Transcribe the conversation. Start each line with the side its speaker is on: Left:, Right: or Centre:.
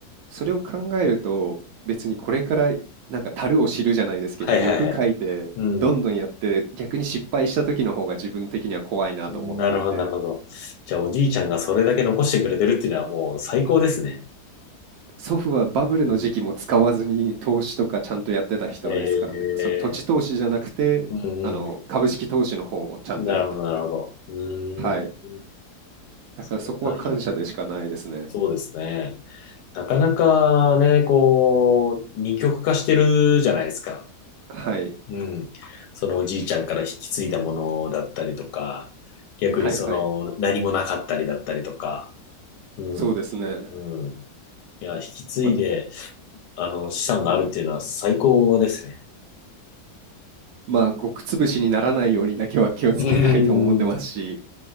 Right: それを考えると、別にこれからなんか足を知るじゃないですけど、
Left: はいはいはい。
Right: 欲書いて、
Left: うん。
Right: どんどんやって、逆に失敗した時の方が自分的には怖いなと思っていて、
Left: なるほど、なるほど。じゃあ、おじいちゃんがそれだけ残してくれてるっていうのはもう最高ですね。
Right: 祖父はバブルの時期も使わずに投資とかちゃんとやってた人ですからね。
Left: うん。ええ
Right: その土地投資じゃなくて、
Left: うんうん
Right: あの、株式投資の方をちゃんとやってたって。
Left: うん。なるほど、なるほど。うーん。
Right: はい。だからそこは感謝でしかないですね。
Left: それはいいね。そうですね。なかなかね、こう、二極化してるじゃないですか。
Right: はい。
Left: うん。そのおじいちゃんから引き継いだものだったりとか、逆にその何もなかったりだったりとか、
Right: はいはい。
Left: うん。
Right: そうですね。
Left: うん。いや、引き継いで、
Right: ま
Left: あの、資産があるっていうのは最高ですね。
Right: まあ、極潰しにならないようにだけは気をつけたいと思ってますし、
Left: うん。